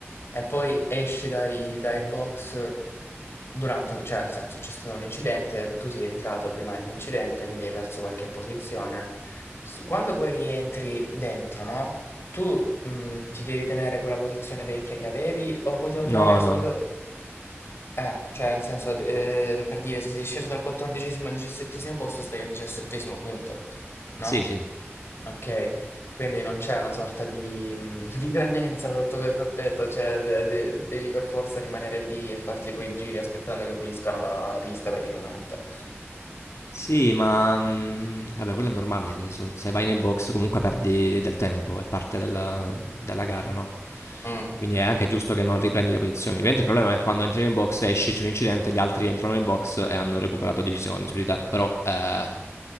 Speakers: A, on the left; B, on the left.
A: E poi esci dai, dai box durante, cioè nel senso c'è stato un incidente, tu sei entrato prima dell'incidente, quindi hai perso qualche posizione. S- Quando poi rientri dentro, no? Tu mh, ti devi tenere quella posizione vecchia che avevi o puoi tornare
B: No,
A: sul...
B: no.
A: Eh, cioè nel senso, eh, per dire, se sei sceso dal quattordicesimo al diciassettesimo posto, stai al diciassettesimo punto, no?
B: Sì, sì.
A: Ok, quindi non c'è una sorta di, mm, <laughs> di clemenza sotto questo aspetto, cioè de- de- devi per forza rimanere lì e farti i tuoi giri aspettando che puliscano la pista praticamente.
B: Sì, ma mm, vabbè, quello è normale. nel senso, se vai nei box comunque perdi del tempo, è parte della, della gara, no?
A: Mm,
B: Quindi è anche giusto che non riprendi le posizioni. Ovviamente il problema è quando entri nei box, esci, c'è un incidente, gli altri entrano nei box e hanno recuperato decisioni su di te. Però eh,